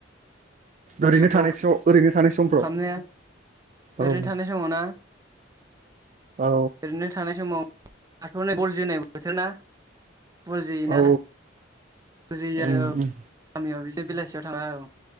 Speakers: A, on the right (about 40°); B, on the right (about 20°).
A: ओरैनो
B: जिउआव
A: थानाय फिसाव ओरैनो थानाय समफ्राव
B: खालामनाया ओरैनो
A: औ
B: थानाय समाव ना
A: औ
B: ओरैनो थानाय समाव हाथ'नाय बल जोनाय बोथोर ना बल जोयो
A: औ
B: ना फुजियो
A: उम
B: <unintelligible> औ गामियाव
A: उम
B: बेलासियाव थाङा औ